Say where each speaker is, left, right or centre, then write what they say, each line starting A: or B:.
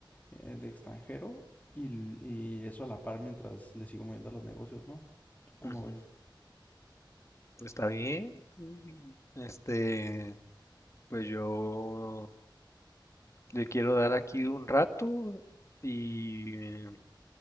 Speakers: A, on the left; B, on the left.
A: eh, de extranjero y, l- y eso a la par mientras le sigo moviendo a los negocios, ¿no? ¿Tú cómo
B: Ujú.
A: ves?
B: Pues está bien. pues, y, Este, pues yo le quiero dar aquí un rato y eh,